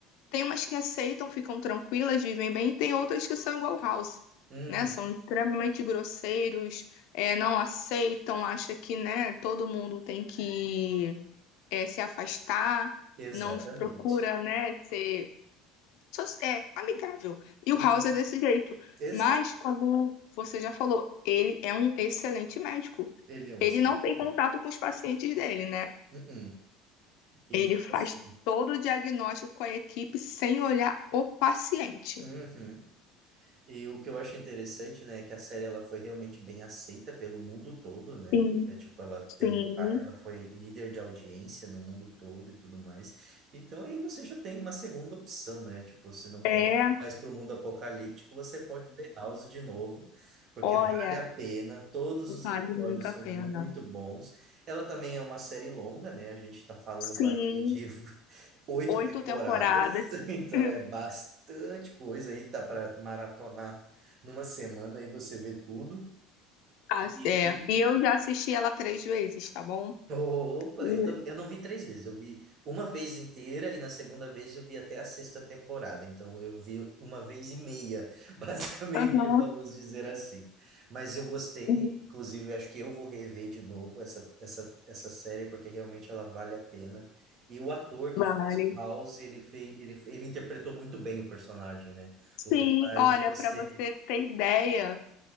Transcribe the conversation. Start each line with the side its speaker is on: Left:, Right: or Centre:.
Left: Tem umas que aceitam, ficam tranquilas, vivem bem, e tem outras que são igual House,
Right: Uhum,
Left: né? São extremamente grosseiros, é, não aceitam, acha que, né, todo mundo tem que eh, se afastar,
Right: exatamente.
Left: não procura, né, ser só se- é amigável. E
Right: Uhum.
Left: o House é desse jeito.
Right: Exato.
Left: Mas, como você já falou, ele é um excelente médico.
Right: Ele é um
Left: Ele
Right: excelente
Left: não tem
Right: médico.
Left: contato com os pacientes dele, né?
Right: Uhum. E
Left: Ele
Right: tipo
Left: faz
Right: assim.
Left: todo o diagnóstico com a equipe sem olhar o paciente.
Right: uhum. E o que eu acho interessante, né, é que a série ela foi realmente bem aceita pelo mundo todo, né?
Left: Sim,
Right: É, tipo, ela
Left: sim.
Right: teve, ela foi líder de audiência no mundo todo e tudo mais. Então aí você já tem uma segunda opção, né? Tipo, se não quer
Left: É,
Right: ir mais para o mundo apocalíptico, você pode ver House de novo, porque
Left: olha,
Right: vale a pena. Todos os
Left: vale
Right: episódios
Left: muito a
Right: são
Left: pena.
Right: muito bons. Ela também é uma série longa, né? A gente está falando
Left: Sim,
Right: aí de <laughs> oito
Left: oito
Right: temporadas,
Left: temporadas.
Right: <laughs> então
Left: <laughs>
Right: é bastante coisa aí, dá para maratonar numa semana aí você vê tudo.
Left: Ah,
Right: E
Left: É, e eu já assisti ela três vezes, tá bom?
Right: Opa,
Left: Hum,
Right: eu também, eu não vi três vezes, eu vi uma vez inteira e na segunda vez eu vi até a sexta temporada, então eu vi uma vez e meia, <laughs> basicamente,
Left: Aham,
Right: vamos dizer assim. Mas eu gostei,
Left: hum,
Right: inclusive acho que eu vou rever de novo essa, essa, essa série porque realmente ela vale a pena. E o ator que
Left: vários.
Right: fez o House, ele fez, ele, ele interpretou muito bem o personagem, né?
Left: Sim,
Right: O que faz
Left: olha,
Right: você.
Left: para você ter ideia,